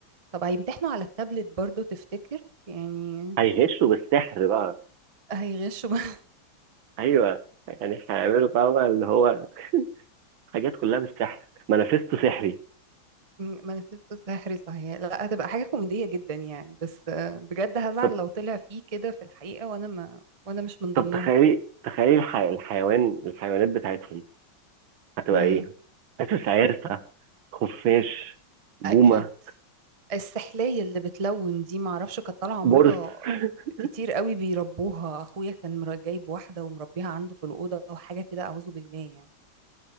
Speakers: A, on the right (about 35°); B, on the right (about 80°).
A: طب هيمتحنوا على التابلت برضو تفتكر يعني
B: هيغشوا بالسحر بقى
A: هيغشوا بقى
B: ايوه يعني هيعملوا فاهمة اللي هو حاجات كلها بالسحر مانيفستو سحري
A: <laughs> مانيفستو سحري صحيح لا هتبقى حاجه كوميديه جدا يعني بس آه، بجد هزعل
B: طب
A: لو طلع فيه كده في الحقيقه وانا ما وانا مش من
B: طب
A: ضمنهم
B: تخيلي تخيلي الح... الحيوان الحيوانات بتاعتهم هتبقى
A: امم
B: ايه؟ حاسس عرسة خفاش بومة
A: اكيد السحلية اللي بتلون دي معرفش كانت طالعة
B: برص
A: موضة
B: <laughs>
A: كتير قوي بيربوها اخويا كان مر- جايب واحدة ومربيها عنده في الأوضة وحاجة كده أعوذ بالله يعني